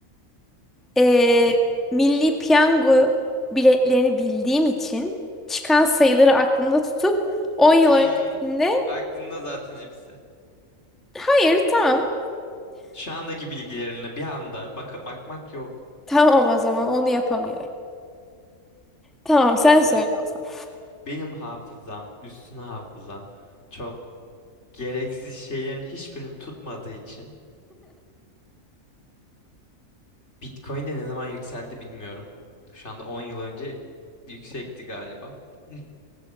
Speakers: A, in the centre; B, on the left (about 55°).
A: Ee,
B: Tamam.
A: Milli Piyango biletlerini bildiğim için çıkan sayıları aklımda tutup 10 yıl
B: Hmm,
A: öncesinde
B: aklımda zaten hepsi.
A: hayır tamam
B: Şu andaki bilgilerine bir anda baka- bakmak yok.
A: tamam o zaman onu yapamıyorum. Tamam sen
B: Evet.
A: söyle o zaman.
B: Benim hafızam, üstün hafızam çok gereksiz şeylerin hiçbirini tutmadığı için Bitcoin de ne zaman yükseldi bilmiyorum. Şu anda 10 yıl önce yüksekti galiba. <laughs>